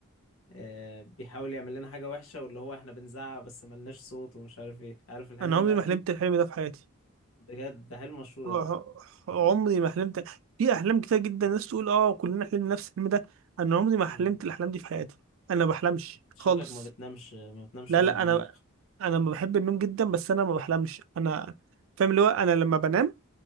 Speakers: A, on the left (about 70°); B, on the right (about 65°).
A: آه، بيحاول يعمل لنا حاجة وحشة واللي هو احنا بنزعق بس ملناش صوت ومش عارف ايه عارف الحلم
B: عمري
A: ده
B: ما
A: اكيد
B: حلمت الحلم ده في حياتي
A: بجد ده حلم مشهور
B: آه،
A: اوي
B: عمري ما حلمت في احلام كتير جدا الناس تقول اه كلنا حلمنا نفس الحلم ده انا عمري ما
A: مم.
B: حلمت الاحلام دي في حياتي انا ما بحلمش
A: شكلك
B: خالص
A: ما بتنامش ما بتنامش
B: لا
A: نوم
B: لا
A: عميق
B: انا انا ما بحب النوم جدا بس انا ما بحلمش انا فاهم اللي هو انا لما بنام